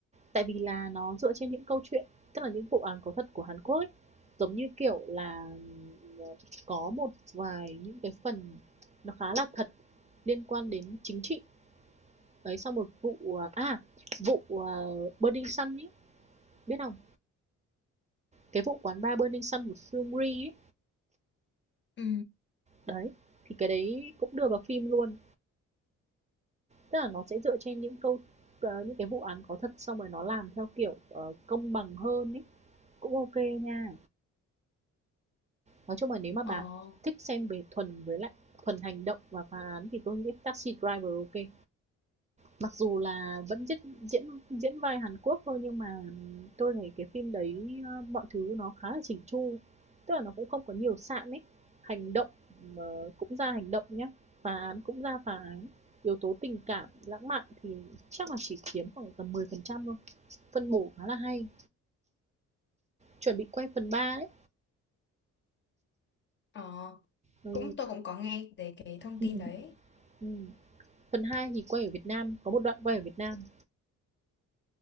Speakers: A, on the right; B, on the left.
A: Tại vì là nó dựa trên những câu chuyện, tức là những vụ án có thật của Hàn Quốc ấy. Giống như, kiểu là, ờ, có một vài những cái phần nó khá là thật liên quan đến chính trị. Đấy, xong một vụ, ờ à, vụ, ờ, Burning Sun ấy, biết không? Cái vụ quán bar Burning Sun của Seungri ấy.
B: ừ
A: Đấy, thì cái đấy cũng đưa vào phim luôn. Tức là nó sẽ dựa trên những câu ờ, những cái vụ án có thật xong rồi nó làm theo kiểu, ờ, công bằng hơn ấy, cũng ok nha. Nói chung là nếu mà bà
B: ờ
A: thích xem về thuần với lại thuần hành động và phá án thì tôi nghĩ Taxi Driver ok. Mặc dù là vẫn diễn diễn diễn vai Hàn Quốc thôi nhưng mà tôi thấy cái phim đấy ờ, mọi thứ nó khá là chỉnh chu. Tức là nó cũng không có nhiều sạn ấy. Hành động ờ, cũng ra hành động nhá, phá án cũng ra phá án. Yếu tố tình cảm, lãng mạn thì chắc là chỉ chiếm khoảng tầm 10% thôi. Phân bổ khá là hay. Chuẩn bị quay phần 3 đấy.
B: ờ
A: Ừ.
B: cũng tôi cũng có nghe về cái thông
A: Ừ.
B: tin đấy
A: Ừ. Phần 2 thì quay ở Việt Nam, có một đoạn quay ở Việt Nam